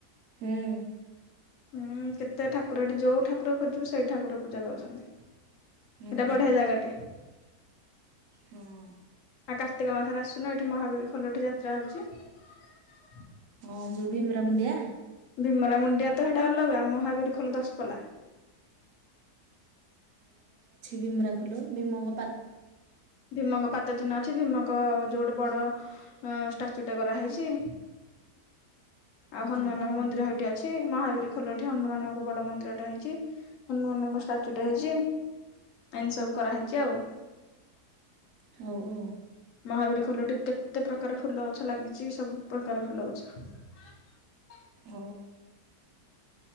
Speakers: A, on the right; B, on the left.
A: ହଁ
B: ହୁଁ, କେତେ ଠାକୁର ହେଠି, ଯୋଉ ଠାକୁର ଖୋଜିବୁ ସେଇଠି ଠାକୁର ପୂଜା ପାଉଛନ୍ତି।
A: ହୁଁ
B: ସେଟା ବଢିଆ ଜାଗାଟେ
A: ହଁ
B: ଆଉ କାର୍ତ୍ତିକ ମାସରେ ଆସୁନ ଏଇଠି ମହାବୀର ଖୋଲ ଏଠି ଯାତ୍ରା ହେଉଛି
A: ହଁ ଜୁବମରା ମୁଣ୍ଡିଆ
B: ଭୀମରା ମୁଣ୍ଡିଆ ତ ସେଇଟା ଅଲଗା, ମହାବୀର ଖୋଲ ଦଶପଲା
A: ବିମ୍ର ଫୁଲ ବିମଙ୍ଗ
B: ଭୀମଙ୍କ ପାଦ ଚିହ୍ନ ଅଛି, ଭୀମଙ୍କ ଭୀମଙ୍କ ଯୋଉ ଗୋଟେ ବଡ ଷ୍ଟାଚୁଟେ କରାହେଇଛି। ଆଉ ହନୁମାନଙ୍କ
A: ଯିବା ଆଉ
B: ମନ୍ଦିର ଏଇଠି ଅଛି ଛି ମହାବୀର ଖୋଲଠି ହନୁମାନଙ୍କ ବଡ ମନ୍ଦିରଟା ହେଇଛି, ହନୁମାନଙ୍କ ଷ୍ଟାଚୁ ଟା ହେଇଛି ଏଇନିତି ସବୁ କରାହେଇଛି ଆଉ
A: ହଉ ହଉ
B: ମହାବୀର ଖୋଲ ଟିକେ କେତେ ପ୍ରକାର ଫୁଲ ଗଛ ଲାଗିଛି, ସବୁ ପ୍ରକାର ଫୁଲ ଗଛ ହଁ
A: ହ